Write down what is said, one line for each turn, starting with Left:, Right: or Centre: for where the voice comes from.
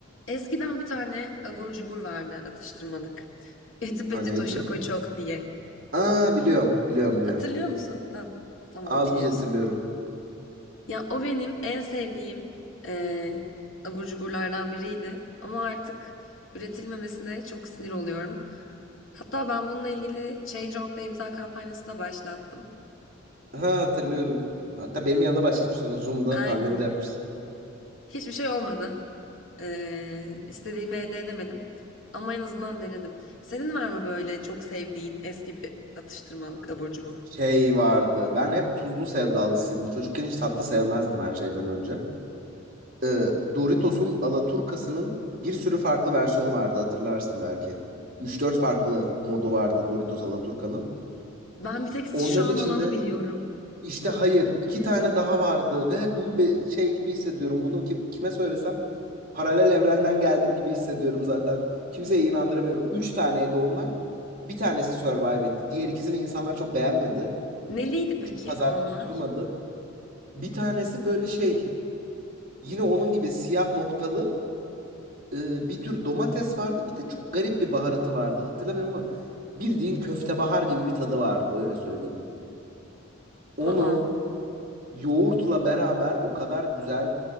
Left: Eskiden bir tane abur cubur vardı atıştırmalık. <laughs> Eti
Right: Ha
Left: Petit
Right: neydi?
Left: o Şoko Çok diye.
Right: Aa biliyorum, biliyorum, biliyorum.
Left: Hatırlıyor musun? Ha, tamam
Right: Az
Left: biliyorsun.
Right: buz hatırlıyorum.
Left: Ya o benim en sevdiğim eee abur cuburlardan biriydi. Ama artık üretilmemesine çok sinir oluyorum. Hatta ben bununla ilgili Change.org'da imza kampanyası da başlattım.
Right: Ha hatırlıyorum. Hatta benim yanımda başlatmıştın Zoom'da
Left: Aynen.
Right: pandemide yapmıştın.
Left: Hiçbir şey olmadı. Ee, istediğimi elde edemedim. Ama en azından denedim. Senin var mı böyle çok sevdiğin eski bir atıştırmalık abur cubur?
Right: Şey vardı. Ben hep tuzlu sevdalısıydım. Çocukken hiç tatlı sevmezdim her şeyden önce. Ee, Doritos'un Alaturkası'nın bir sürü farklı versiyonu vardı hatırlarsın belki. Üç dört farklı modu vardı Doritos Alaturka'nın.
Left: Ben bir tek şu
Right: Onların
Left: an
Right: içinde
Left: olanı biliyorum.
Right: İşte hayır, iki tane daha vardı ve bu be- şey gibi hissediyorum. Bunu ki- kime söylesem paralel evrenden geldim gibi hissediyorum zaten. Kimseye inandıramıyorum. Üç taneydi onlar. Bir tanesi survive etti. Diğer ikisini insanlar çok beğenmedi.
Left: Neliydi peki
Right: Çok pazar
Left: onlar?
Right: tutturmadı. Bir tanesi böyle şey, yine onun gibi siyah noktalı e, bir tür domates vardı. Bir de çok garip bir baharatı vardı. Hatırlamıyorum ama bildiğin köftebahar gibi bir tadı vardı öyle söyleyeyim. Onu
Left: Aa.
Right: yoğurtla beraber o kadar güzel